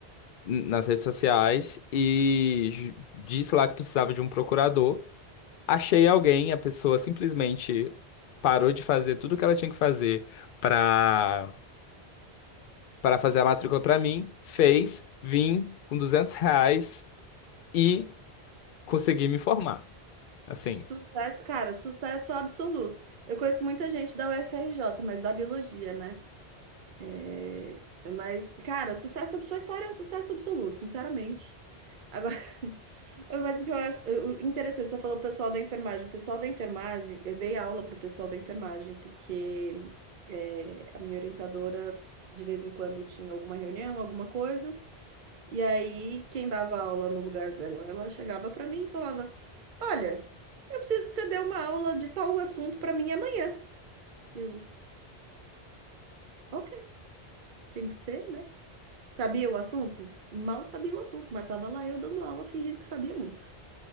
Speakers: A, on the left (about 60°); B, on the right (about 55°).
A: nas redes sociais e j- disse lá que precisava de um procurador. Achei alguém, a pessoa simplesmente parou de fazer tudo o que ela tinha que fazer para para fazer a matrícula para mim, fez, vim com 200 reais e consegui me formar. Assim,
B: Sucesso, cara, sucesso absoluto. Eu conheço muita gente da UFRJ, mas da biologia, né? É, Mas, cara, sucesso, sua história é um sucesso absoluto, sinceramente. Agora, <laughs> mas o que eu acho o- o interessante, você falou pessoal da enfermagem. O pessoal da enfermagem, eu dei aula pro pessoal da enfermagem, porque é, a minha orientadora, de vez em quando, tinha alguma reunião, alguma coisa. E aí, quem dava aula no lugar dela, ela chegava para mim e falava: Olha, eu preciso que você dê uma aula de tal assunto para mim amanhã. Eu, ok, tem que ser, né? Sabia o assunto? Mal sabia o assunto, mas tava lá eu dando aula fingindo que sabia muito.